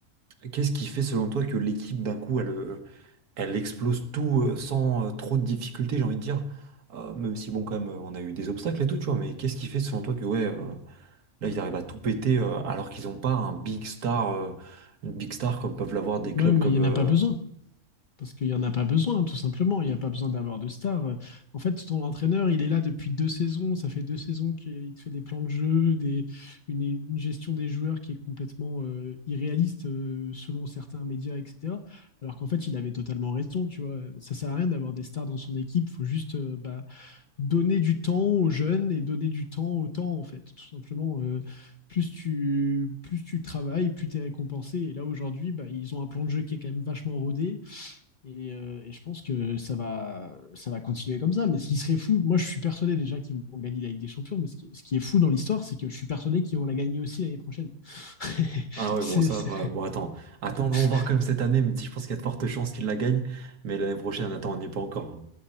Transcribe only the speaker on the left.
Ouais,
mais
il n'y
en a pas besoin. Parce qu'il n'y en a pas besoin, tout simplement. Il n'y a pas besoin d'avoir de star. En fait, ton entraîneur, il est là depuis deux saisons. Ça fait deux saisons qu'il te fait des plans de jeu, des, une, une gestion des joueurs qui est complètement euh, irréaliste euh, selon certains médias, etc. Alors qu'en fait, il avait totalement raison, tu vois. Ça ne sert à rien d'avoir des stars dans son équipe. Il faut juste euh, bah, donner du temps aux jeunes et donner du temps au temps, en fait. Tout simplement euh, plus tu, plus tu travailles, plus tu es récompensé. Et là, aujourd'hui, bah, ils ont un plan de jeu qui est quand même vachement rodé. Et, euh, et je pense que ça va, ça va continuer comme ça. Mais ce qui serait fou, moi je suis persuadé déjà qu'ils vont gagner la Ligue des Champions, mais ce qui, ce qui est fou dans l'histoire, c'est que je suis persuadé qu'ils vont la gagner aussi l'année prochaine. <laughs>
C'est-
c'est-
<laughs>